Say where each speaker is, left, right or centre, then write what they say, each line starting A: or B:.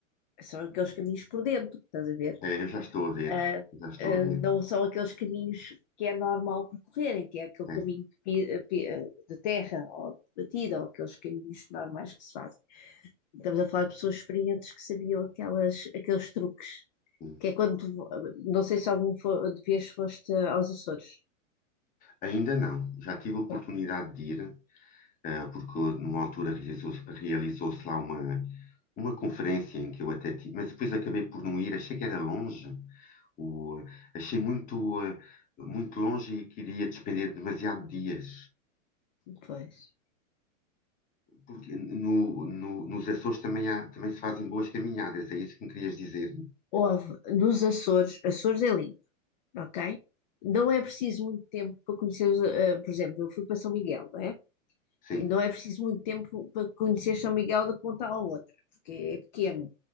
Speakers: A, on the left; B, on the left.
A: são aqueles caminhos por dentro, estás a ver?
B: É, eu já estou a ver,
A: Ah,
B: já estou
A: ah,
B: a ver.
A: não são aqueles caminhos que é normal percorrerem, que é aquele
B: É,
A: caminho de, pi- pi- ah, de terra ou de batida, ou aqueles caminhos normais que se fazem. Estamos a falar de pessoas experientes que sabiam aquelas, aqueles truques,
B: sim.
A: que é quando, vo- não sei se algum fo- de vez foste aos Açores.
B: Ainda não, já tive a oportunidade
A: Pronto,
B: de ir, eh, porque numa altura realizou-se realizou-se lá uma, uma conferência em que eu até tive, mas depois acabei por não ir, achei que era longe, o, achei muito, eh, muito longe e queria despender demasiado dias.
A: pois.
B: Porque no, no- nos Açores também, há, também se fazem boas caminhadas, é isso que me querias dizer?
A: Houve nos Açores, Açores é lindo, ok? Não é preciso muito tempo para conhecer, os, eh, por exemplo, eu fui para São Miguel, não é?
B: Sim,
A: E Não é preciso muito tempo para conhecer São Miguel da ponta à outra, porque é pequeno,